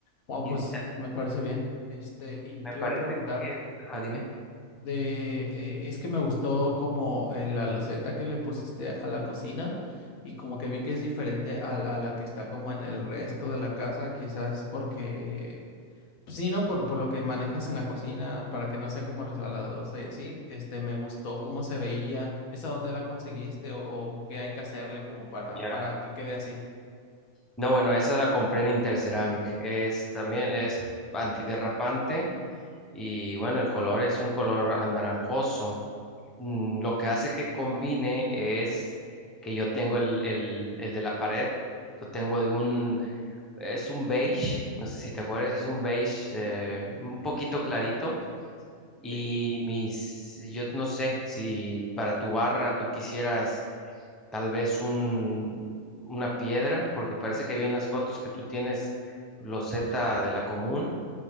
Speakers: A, on the left; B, in the centre.
A: Bueno,
B: Y
A: pues me parece bien. Este, y
B: Me
A: te
B: parece
A: iba a preguntar
B: que, ah, dime.
A: de, eh, es que me gustó como eh, la loseta que le pusiste a la cocina y como que vi que es diferente a, a la que está como en el resto de la casa, quizás porque, pues sí, ¿no? Por, por lo que manejas en la cocina, para que no sea como resbaladosa y así. Este, me gustó cómo se veía. ¿Esa dónde la conseguiste o, o qué hay que hacerle como para,
B: Ya.
A: para que quede así?
B: No, bueno, esa la compré en Interceramic. Es también es antiderrapante y bueno, el color es un color anaranjoso. Mm, Lo que hace que combine es que yo tengo el, el, el de la pared, lo tengo de un, es un beige, no sé si te acuerdas, es un beige eh, un poquito clarito y
A: Sí.
B: mis, yo no sé si para tu barra tú quisieras tal vez un, una piedra, porque parece que vi en las fotos que tú tienes loseta de la común.